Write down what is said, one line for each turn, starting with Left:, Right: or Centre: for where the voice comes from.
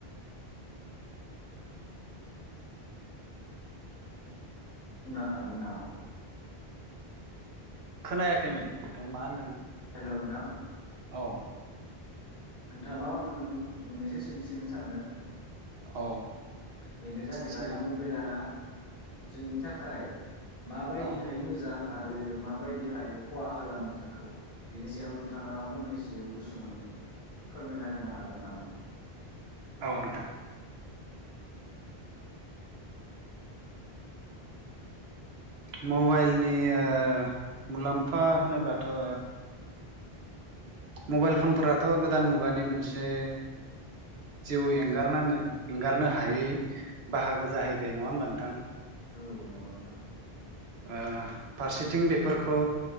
Left: बुंनो हागोन नामा?
Right: खोनायाखैमोन नोंथां मा होनदों?
Left: औ नोंथां
Right: औ
Left: नोंथांनाव आं मोननैसो सोंथि सोनो सानदों
Right: औ
Left: बेनो जाहैबाय
Right: सोंना
Left: मबेला जोंनि थाखाय माबायदिहाय
Right: औ
Left: मोजां आर रो माबायदिहाय खहा खालामो जोंखौ बेनि सायाव नोंथाङा फंनैसो गुसुङै फोरमायना होनो हागोन नामा?
Right: औ नोंथां मबाइलनि ओ मुलाम्फा होनोबाथ ओ मबाइल फनफोरा थ गोदान मुगानि मोनसे जिउ एंगारनाङो एंगार हदनो हायै बाहागो जाहैबाय नङा होमबा नोंथां
Left: औ नंगौ नोंथां।
Right: ओ फारसेथिं बेफोरखौ